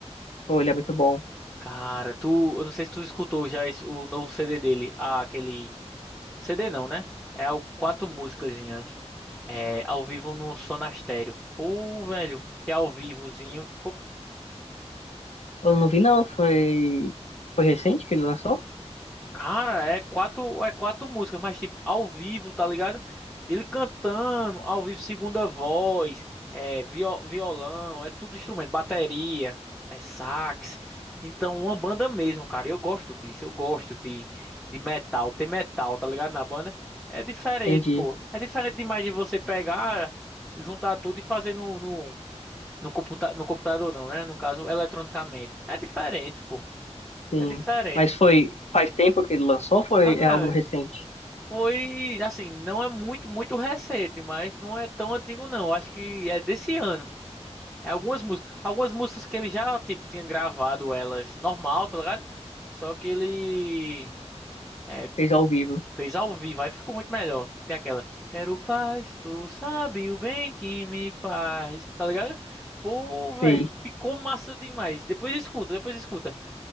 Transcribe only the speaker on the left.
Pô, ele é muito bom.
Eu não vi, não. Foi. Foi recente que ele lançou?
Entendi.
Sim.
Mas foi faz tempo que ele lançou ou foi
é algo recente?
Fez ao vivo.
Sei.